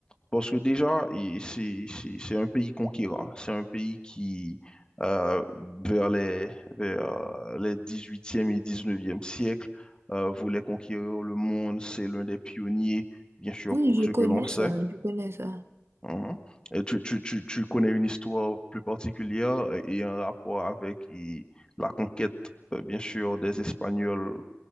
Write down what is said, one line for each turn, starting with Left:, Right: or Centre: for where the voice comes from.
Left: Parce que déjà, et c'est, c'est, c'est un pays conquérant. C'est un pays qui, euh, vers les, vers euh, les 18e et 19e siècles, euh, voulait conquérir le monde. C'est l'un des pionniers, bien sûr,
Right: Oui,
Left: pour
Right: je
Left: ce que
Right: connais
Left: l'on sait.
Right: ça, je connais ça.
Left: Mhm. Et tu, tu, tu, tu connais une histoire plus particulière et un rapport avec et la conquête, euh, bien sûr, des Espagnols,